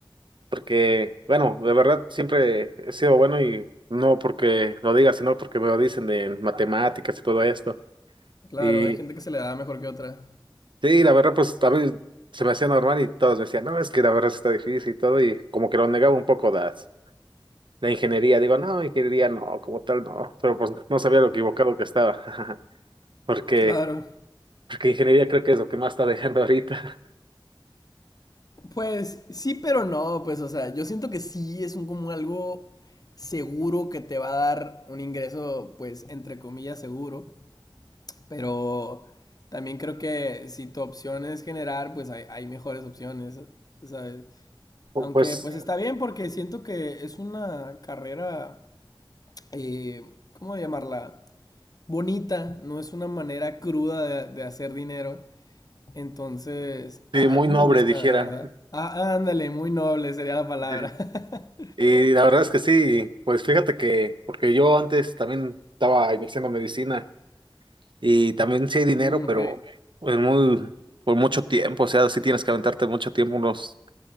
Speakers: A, on the right (about 70°); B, on the left (about 45°).
A: porque, bueno, de verdad siempre he sido bueno y no porque lo diga, sino porque me lo dicen de matemáticas y todo esto.
B: Claro,
A: Y
B: hay gente que se le da mejor que otra.
A: sí, la verdad, pues a mí se me hacía normal y todos me decían, no, es que la verdad sí está difícil y todo, y como que lo negaba un poco las, la ingeniería. Digo, no, ingeniería no, como tal no, pero pues no sabía lo equivocado que estaba, <laughs> porque,
B: Claro.
A: porque ingeniería creo que es lo que más está dejando ahorita.
B: Pues sí, pero no, pues o sea, yo siento que sí es un como algo seguro que te va a dar un ingreso, pues entre comillas seguro, pero también creo que si tu opción es generar, pues hay, hay mejores opciones, ¿sabes?
A: <laughs> Pu-
B: Aunque
A: Pues.
B: pues está bien porque siento que es una carrera, eh, ¿cómo llamarla? Bonita, no es una manera cruda de, de hacer dinero. Entonces, a,
A: Sí, muy
B: a mí
A: noble,
B: me gusta,
A: dijeran.
B: la verdad. Ah, ándale, muy noble sería la palabra.
A: <laughs>
B: <laughs>
A: Y la verdad es que sí, pues fíjate que, porque yo antes también estaba iniciando medicina y también sí hay dinero,
B: Mm,
A: pero
B: ok,
A: pues muy, por mucho tiempo, o sea, sí tienes que aventarte mucho tiempo, unos